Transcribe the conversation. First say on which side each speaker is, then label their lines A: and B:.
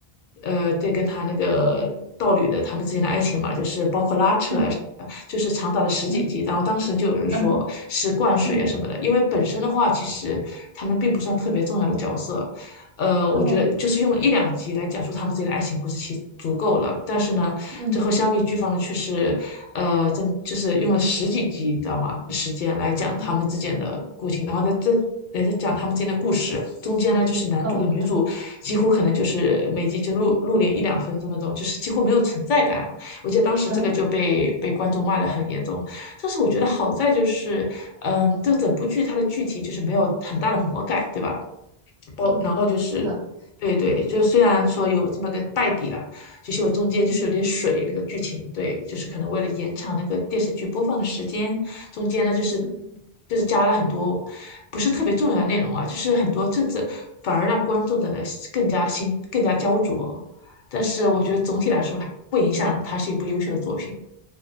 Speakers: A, on the left; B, on the right.
A: 呃，对，跟他那个道侣的他们之间的爱情嘛，就是包括拉扯啊什么的，
B: 嗯
A: 就是长达了十几集。
B: 嗯
A: 然后当时就有人说是灌水啊什么的，
B: 嗯嗯
A: 因为本身的话，其实他们并不算特别重要的角色，呃，我觉得就是用一两集来讲述他们之间的爱情故事，
B: 哦
A: 其实足够了。但是呢，
B: 嗯
A: 最后香蜜剧方呢却是，呃，真就是用了十几集，你知道吗？时间来讲他们之间的故情，
B: 嗯
A: 然后在这来再讲他们之间的故事。中间呢，就是男主跟女主几乎可能就是每集就露露脸一两分钟那种，
B: 呃
A: 就是几乎没有存在感。我记得当时这个就被被观众骂得很严重。
B: 呃
A: 但是我觉得好在就是，
B: 嗯
A: 嗯，这整部剧它的剧体就是没有很大的魔改，对吧？包，
B: 嗯是的
A: 然后就是，对对，就虽然说有这么个败笔了，就是我中间就是有点水那个剧情，
B: 嗯
A: 对，就是可能为了延长那个电视剧播放的时间，中间呢就是
B: 嗯
A: 就是加了很多不是特别重要的内容啊，就是很多政治，反而让观众的呢更加心更加焦灼，但是我觉得总体来说还不影响它是一部优秀的作品。
B: 嗯嗯。